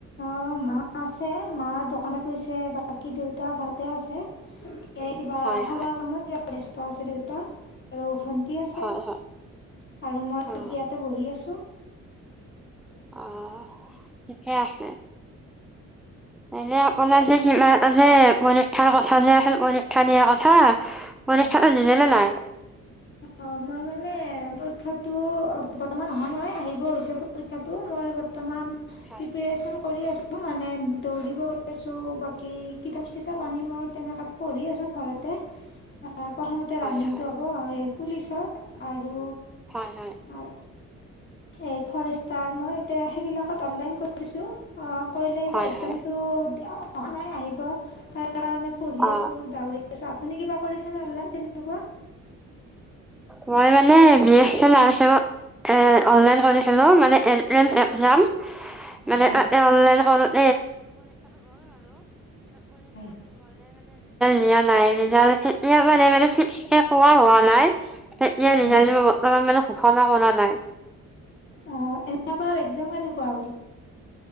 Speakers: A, on the left; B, in the centre.
A: অ মা আছে মা দোকানত গৈছে বাকী দেউতা ঘৰতে আছে এই কিবা
B: হয়
A: শালৰ
B: হয়
A: কামত ব্যস্ত আছে দেউতাৰ আৰু ভণ্টি আছ ছে
B: হয় হয়
A: আৰু মই
B: অ
A: ইয়াতে বহি আছোঁ
B: অ ঠিকে আছে এনে আপোনাৰ <unintelligible> পৰীক্ষাৰ কথা যে আছিল পৰীক্ষা দিয়াৰ কথা পৰিক্ষাটো
A: হয়
B: দিলে নে নাই
A: অ মই মানে পৰীক্ষাতো বৰ্তমান অহা নহয় আহিব হৈছে পৰিক্ষাটো মই বৰ্তমান প্ৰেপেৰেচন
B: হয়
A: কৰি‌ আছ মানে দৌৰিব <unintelligible> আছোঁ, বাকী কিতাপ চিতাপ আনি মই তেনেকা পঢ়ি আছোঁ ঘৰতে। অ', প্ৰথমতে
B: হয়
A: ৰানিংটো
B: হয়
A: হ'ব, এই পুলিচৰ আৰু
B: হয়- হয়।
A: <unintelligible> এই ফৰেষ্টৰ মই এতিয়া সেইবিলাকত অনলাইন কৰি কৰিছোঁ, অ', কৰিলে এতিয়া
B: হয়
A: এক্সামটো
B: হয়
A: অহা নাই আহিব, তাৰ কাৰণে পঢ়ি
B: অ
A: আছোঁ দাউৰি আছোঁ, আপুনি কিবা কৰিছেনে অনলাইন তেনেকুৱা।
B: মই মানে বি এ চি নাৰ্চিংত এ অনলাইন কৰিছিলোঁ মানে এন্ত্ৰেচ এক্সাম। <unintelligible> <unintelligible> মানে
A: হয়
B: ৰিজাল্ট
A: হয়
B: দিয়া নাই, ৰিজাল্ট <unintelligible> নাই, তেতিয়া <unintelligible>
A: হয়
B: বৰ্তমান মানে ঘোষণা কৰা নাই।
A: অ', <unintelligible> এক্সাম কেনেকুৱা হ'ল।